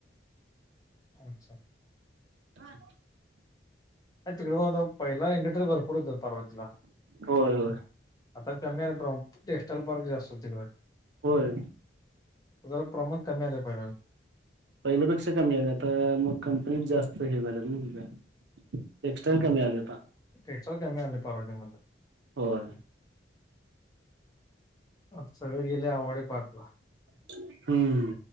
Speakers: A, on the left; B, on the right.
A: अच्छा
B: हा <inaudible>
A: तिकडे मता पहिला इंडटरी भरपूर होत पार्वतीला
B: होय होय
A: आता कमी आल पार - टेक्स्टाईल पार्क जास्त हुते तिकडे
B: होय
A: जरा प्रमाण कमी आलं पाहिला
B: पहिल्यापेक्षा कमी आल्या तर मग कंपनीत जास्त हे झालंत <unintelligible> टेक्स्टाईल कमी आलेय आता
A: टेक्सटाइल कमी आल पार्वतीमधल
B: होय
A: आता सगळे गेले आवडे पार्कला
B: <inaudible> हम्म